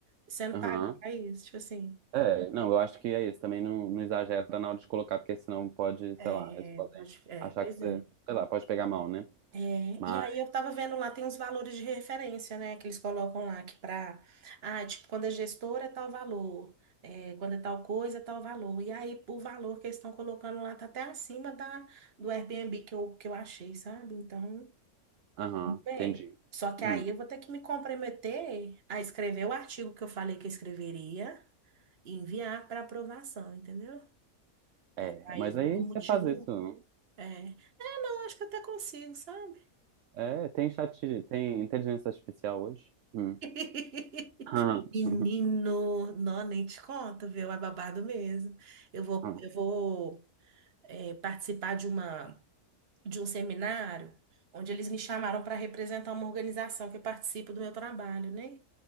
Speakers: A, on the right; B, on the right.
A: sendo
B: Uhum.
A: pago para isso, tipo assim.
B: É, não, eu acho que é isso. Também não, não exagera na hora de colocar, porque senão pode,
A: É,
B: sei lá, eles podem
A: pode- é,
B: achar
A: pois
B: que você,
A: é.
B: sei lá, pode pegar mal, né?
A: É,
B: Mas,
A: e aí eu tava vendo lá, tem uns valores de referência, né, que eles colocam lá, que pra, ah, tipo, quando é gestora é tal valor, é, quando é tal coisa é tal valor. E aí o valor que eles estão colocando lá tá até acima da, do Airbnb que eu, que eu achei, sabe? Então,
B: aham,
A: bem.
B: entendi.
A: Só que
B: Hum,
A: aí eu vou ter que me comprometer a escrever o artigo que eu falei que eu escreveria. e enviar para aprovação, entendeu?
B: é,
A: Porque aí
B: mas
A: eu vou
B: aí
A: ter um
B: você
A: motivo.
B: faz isso.
A: É, é, não, acho que até consigo, sabe?
B: É, é, tem chat, tem inteligência artificial hoje? Hum.
A: <laughs>
B: Aham,
A: Menino,
B: uhum,
A: não, nem te conto, viu? É babado mesmo. Eu vou,
B: aham,
A: eu vou, é, participar de uma. de um seminário onde eles me chamaram para representar uma organização que participa do meu trabalho, né?